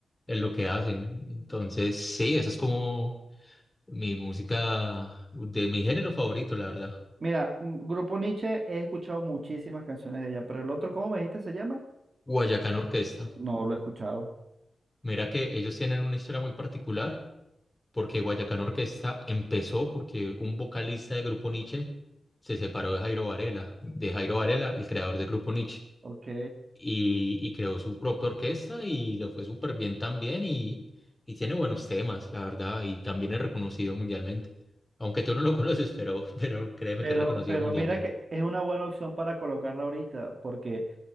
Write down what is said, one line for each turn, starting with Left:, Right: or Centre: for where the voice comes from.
Left: en lo que hacen. Entonces, sí, esa es como mi música de mi género favorito, la verdad.
Right: Mira, mm, Grupo Nietzsche, he escuchado muchísimas canciones de ella, pero el otro, ¿cómo me dijiste se llama?
Left: Guayacán Orquesta.
Right: No lo he escuchado.
Left: Mira que ellos tienen una historia muy particular, porque Guayacán Orquesta empezó porque un vocalista de Grupo Nietzsche se separó de Jairo Varela, de Jairo Varela, el creador de Grupo Nietzsche.
Right: Ok.
Left: y, y creó su propia orquesta y le fue súper bien también y, y tiene buenos temas, la verdad, y también es reconocido mundialmente. Aunque tú no lo <laughs> conoces, pero, pero créeme
Right: Pero,
Left: que es reconocido
Right: pero
Left: mundialmente.
Right: mira que es una buena opción para colocarla ahorita, porque